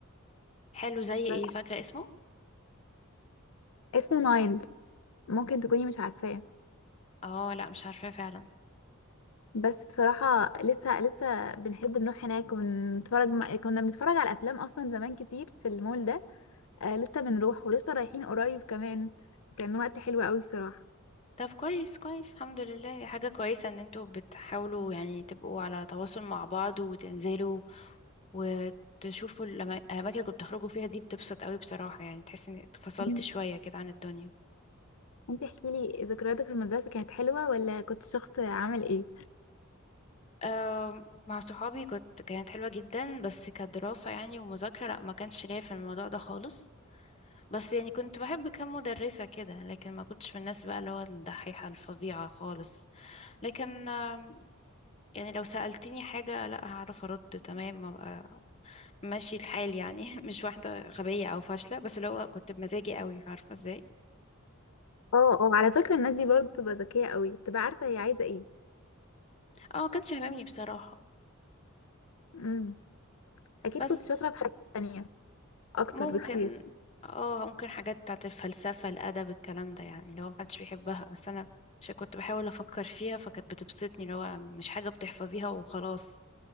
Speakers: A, on the left; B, on the left.
A: حلو زي ايه
B: بس
A: فاكرة اسمه؟
B: اسمه نايل ممكن تكوني مش عارفاه
A: اه لا مش عارفاه فعلا
B: بس بصراحه لسه لسه بنحب نروح هناك ونتفرج م... كنا بنتفرج على افلام اصلا زمان كتير في المول ده آه، لسه بنروح ولسه رايحين قريب كمان كان وقت حلو قوي بصراحه
A: طب كويس كويس الحمد لله حاجة كويسة ان انتوا بتحاولوا يعني تبقوا على تواصل مع بعض وتنزلوا وتشوفوا الأما- الأماكن اللي كنتوا بتخرجوا فيها دي بتبسط قوي بصراحة يعني تحس إني اتفصلت
B: مم.
A: شوية كده عن الدنيا
B: انت احكي لي ذكرياتك في المدرسه كانت حلوه ولا كنت شخص عامل ايه
A: أم، مع صحابي كنت كانت حلوة جدا بس كدراسة يعني ومذاكرة لأ ما كانش ليا في الموضوع ده خالص بس يعني كنت بحب كام مدرسة كده لكن ما كنتش من الناس بقى اللي هو الدحيحة الفظيعة خالص لكن آم، يعني لو سألتني حاجة لا هعرف أرد تمام أبقى ماشي الحال يعني <laughs> مش واحدة غبية أو فاشلة بس اللي هو كنت بمزاجي قوي عارفة ازاي
B: اه اه على فكره الناس دي برضه بتبقى ذكيه قوي بتبقى عارفه هي عايزه ايه
A: اه ما كانش هممني بصراحة
B: امم اكيد
A: بس
B: كنت شاطره في حاجات تانية اكتر
A: ممكن
B: بكتير
A: اه ممكن حاجات بتاعت الفلسفة الأدب الكلام ده يعني اللي هو محدش بيحبها بس أنا مش كنت بحاول أفكر فيها فكانت بتبسطني اللي هو مش حاجة بتحفظيها وخلاص